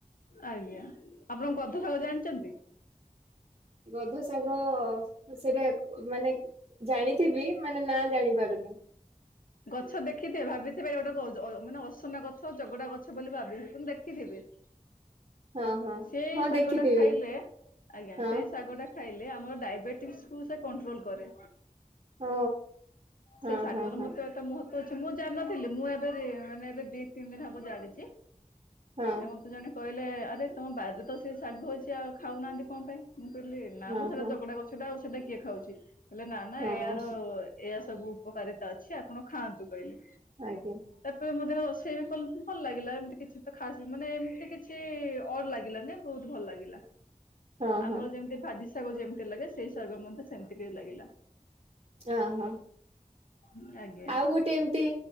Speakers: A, on the left (about 80°); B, on the right (about 45°).
A: ଆଜ୍ଞା ଆପଣ ଗଧ ଶାଗ ଜାଣିଛନ୍ତି?
B: ଗଧ ଶାଗ ସେଟ ମାନେ ଜାଣିଥିବି ମାନେ ନା ଜାଣି ପାରୁନି।
A: ଗଛ ଦେଖିଥିବେ ଭାବିଥିବ ଗୋଟେ ଆଜ ଆୟ ମାନେ ଅସନା ଗଛ ଜଗଡା ଗଛ ବୋଲି ଭାବିଥିବେ କିନ୍ତୁ ଦେଖିଥିବେ।
B: ହଁ ହଁ
A: ସେଇ
B: ହଁ
A: ଶାଗ
B: ଦେଖିଥିବି।
A: ଟା ଖାଇଲେ ଆଜ୍ଞା
B: ହଁ
A: ସେଇ ଶାଗ ଟା ଖାଇଲେ ଆମର ଡାଇବେଟିକ୍ସକୁ ସେ କଣ୍ଟ୍ରୋଲ କରେ।
B: ଓ
A: ସେ
B: ହଁ
A: ଶାଗର
B: ହଁ ହଁ
A: ମତେ ତ ମୁହତ୍ଵ ଅଛି ମୁଁ ଜାଣିନଥିଲି ମୁଁ ଏବେ ରି ମାନେ ଏବେ ଦି ତିନି ଦିନ ହବ ଜାଣିଛି।
B: ହଁ
A: ଏ ମତେ ଜଣେ କହିଲେ ଆରେ ତମ ବାରିରେ ତ ସେ ଶାଗ ହଉଛି ଆଉ ଖାଉନାହାନ୍ତି କଣ ପାଇଁ ମୁଁ କହିଲି ନା
B: ହଁ
A: ମୁଁ ସେଇଟା
B: ହଁ
A: ଜଗଡା ଗଛଟା ଆଉ ସେଇଟା କିଏ ଖାଉଛି କହିଲେ ନା ନା
B: ହଁ
A: ଏୟାର ଏଇଆ ସବୁ ଉପକାରିତା ଅଛି ଆପଣ ଖାଆନ୍ତୁ କହିଲେ
B: ଆଜ୍ଞା
A: ତାପରେ ମୁଁ ଯେତେବେଳେ ରୋଷେଇ ବି କଲି ଭଲ ଲାଗିଲା ଏମିତି କିଛି ତ ଖାସ ବି ମାନେ ଏମିତି କିଛି ଅଡ ଲାଗିଲାନି ବହୁତ ଭଲ ଲାଗିଲା
B: ହଁ
A: ଆମର
B: ହଁ
A: ଯେମିତି ଭାଜି ଶାଗ ଯେମିତି ଲାଗେ ସେଇ ଶାଗ ମଧ୍ୟ ସେମିତି କି ଲାଗିଲା
B: ହଁ ହଁ
A: <inaudible> ହଁ ଆଜ୍ଞା।
B: ଆଉ ଗୋଟେ ଏମିତି